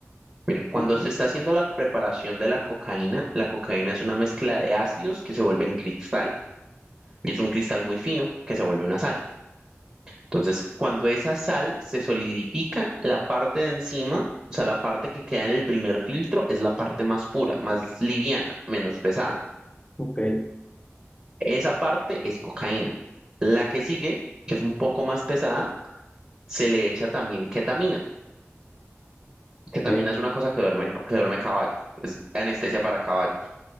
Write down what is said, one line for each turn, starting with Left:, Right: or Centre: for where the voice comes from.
Right: Mira, cuando
Left: Ok,
Right: se está haciendo la preparación de la cocaína, la cocaína es una mezcla de ácidos que se vuelven cristal, y es un cristal muy fino que se vuelve una sal. Entonces, cuando esa sal se solidifica, la parte de encima, o sea, la parte que queda en el primer filtro, es la parte más pura, más liviana, menos pesada.
Left: ok,
Right: Esa parte es cocaína. La que sigue, que es un poco más pesada, se le echa también ketamina.
Left: ok.
Right: Ketamina es una cosa que duerme, que duerme caballos, es anestesia para caballos.